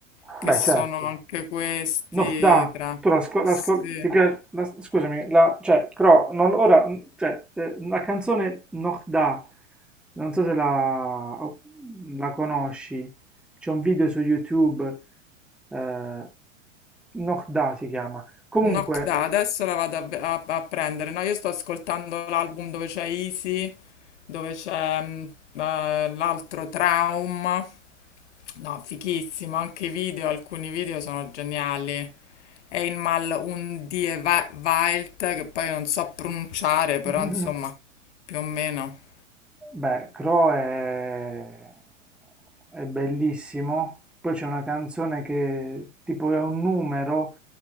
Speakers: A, on the left (about 60°); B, in the centre.
A: che
B: Beh,
A: sono
B: certo.
A: anche questi
B: No, da,
A: tra...
B: tu la, sco- la
A: Sì.
B: sco- ti piace, la- scusami, la, cioè, Cro, non, ora, cioè, eh, la canzone Noch da, non so se la, o- la conosci, c'è un video su YouTube, eh, Noch da si chiama. Comunque,
A: Knock Da, adesso la vado a, a- a prendere. No, io sto ascoltando l'album dove c'è Easy, dove c'è mm, eh, l'altro Traum. No, fighissimo, anche i video, alcuni video sono geniali. E il mal un die Va- Wild, che poi non so pronunciare,
B: <laughs>
A: però insomma, più o meno.
B: beh, Cro è, è bellissimo, poi c'è una canzone che tipo è un numero,